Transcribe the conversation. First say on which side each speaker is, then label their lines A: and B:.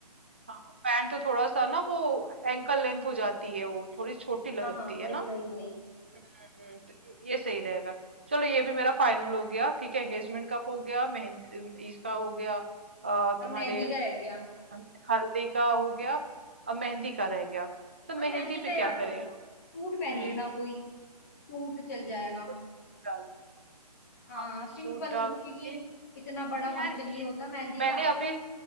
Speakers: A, on the right; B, on the left.
A: हाँ, पैंट तो थोड़ा-सा ना वो एंकल लेंथ हो जाती है वो, थोड़ी छोटी लगती
B: हाँ हाँ वही
A: है ना?
B: वही वही
A: हुँ, हुँ, तो ये ये सही रहेगा। चलो ये भी मेरा फाइनल हो गया, ठीक है? एंगेजमेंट का हो गया, मेहंद अम, इसका हो गया अ,
B: हाँ
A: तुम्हारे
B: मेहंदी का रह गया
A: हम हल्दी का हो गया और मेहंदी का रह गया तो मेहंदी
B: हाँ मेहंदी
A: पे
B: पे
A: क्या
B: आप
A: करें
B: सूट
A: हम
B: पहन
A: हम्म
B: लेना कोई सूट चल जाएगा
A: कोई सूट डाल लूं
B: हाँ
A: हाँ
B: सिंपल
A: सूट डालूंगी
B: क्योंकि इतना
A: लेकिन
B: बड़ा
A: यार
B: फंक्शन
A: ये
B: नहीं होता मेहंदी
A: मैंने
B: का
A: अभी